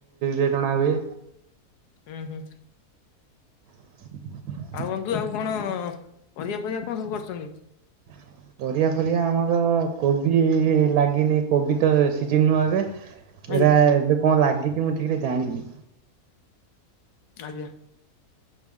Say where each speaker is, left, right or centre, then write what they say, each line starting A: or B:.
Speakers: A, on the right; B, on the left.
A: ରେ ଟଣା ହୁଏ।
B: ଉଁ ହୁଁ।
A: <inaudible>
B: ଆଉ ବନ୍ଧୁ ଆଉ କଣ ପରିବା ଫରିବା କଣ ସବୁ କରଚନ୍ତି।
A: <inaudible> ପରିବା ଫରିବା ଆମର କୋବି ଲାଗିନି କୋବି ତ ଏ ସିଜ ନୁଆ ଏବେ।
B: ଆଜ୍ଞା
A: ଏରା ଏବେ କଣଁ ଲାଗିଚି ମୁଁ ଠିକରେ ଜାଣିନି।
B: ଆଜ୍ଞା।